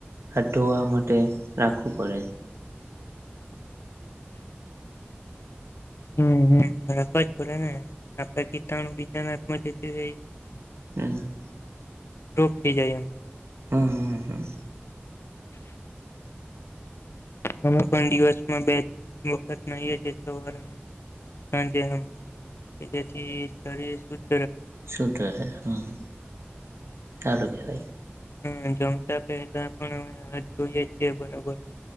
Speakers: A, on the right; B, on the left.
A: હાથ ધોવા માટે રાખવું પડે.
B: હમ રાખવા જ પડે ને આપડા કીટણુ બીજાના હાથ માં જતી રહે.
A: હમ
B: લુપ્ત થઈ જાય એમ.
A: હા હા હા
B: અમે પણ દિવસમાં બે વખત નઈએ છીએ સવારને ને સાંજ. સાંજે આમ કે જેથી શરીર સ્વસ્થ રહે.
A: સુ થશે એમ. સારું કેવાય.
B: હમ જમતા પેલા પણ અમે હાથ ધો ઈએ છીએ બરોબર.